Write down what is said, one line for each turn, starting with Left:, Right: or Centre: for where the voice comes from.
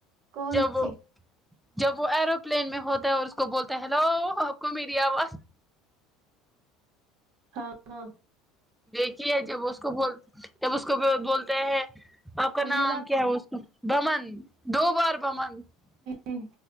Right: کون
Centre: جب
Right: سی
Centre: جب وہ ایروپلین میں ہوتا ہے اور اس کو بولتا ہے ہیلو آپ کو میری آواز
Right: ہاں ہاں
Centre: دیکھیے جب اس کو بول جب اس کو بولتےہیں آپ کا
Right: مجھے
Centre: نام
Right: لگتا
Centre: کیا ہے اس کا بمن دو بار بمن
Right: ہوں